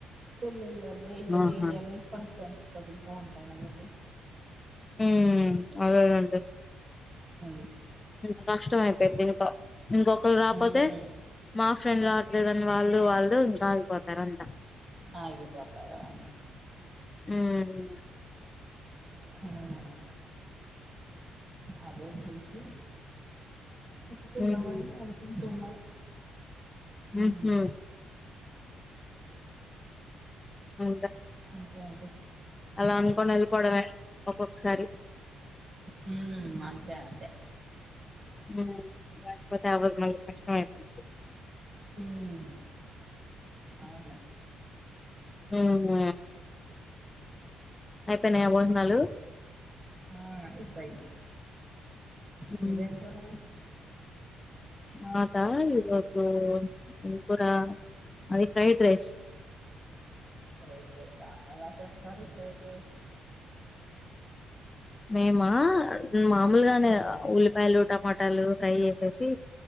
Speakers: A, on the right; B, on the left.
A: వద్దు అనాకదా ఇయ్యిన్
B: ఆహా
A: ఇయ్యన్ ఆషన్స్ తగులుతూ ఉంటాయి వాళ్ళటి
B: హ అండీ
A: హ
B: అ కష్టం అయిపోయింది దిమిగాకు ఇంకా ఇంకొకరు రాపోతే
A: హ్మ్.
B: మా ఫ్రెండ్ రాడ్ లేదని వాలు వాలు ఇంకా ఆగిపోతారు అంతా
A: ఆగిపోతార
B: హుమ్
A: హ్మ్. అదే చూసి పెట్టుకుందామని
B: హ్మ్
A: అనుకుంటున్నాం హుమ్
B: ఉహు ఇంక
A: ఇట్లాంతే
B: అలా అనుకోని వెళ్ళిపోవడమే ఒక్కొక్కసారి
A: హ్మ్ అంతే అంతే
B: హ్మ్ లేకపోతే అవదు మళ్ళీ కష్టం అయిపోద్ది
A: హ్మ్ అవును
B: హ్మ్ అయిపోయినయా బోనౌలు నలు
A: ఆ అయిపోయినయ్
B: హ్మ్.
A: మీదేం కూర
B: మాదా ఈ రోజు ఏం కూర మాది ఫ్రైడ్ రైస్
A: ఫ్రైడ్ రైసా ఎలా చేస్తారూ ఫ్రైడ్ రైసు
B: మేమా మామూలుగానే
A: ఉమ్
B: ఉల్లిపాయలు టమాటాలు ఫ్రై చేసేసి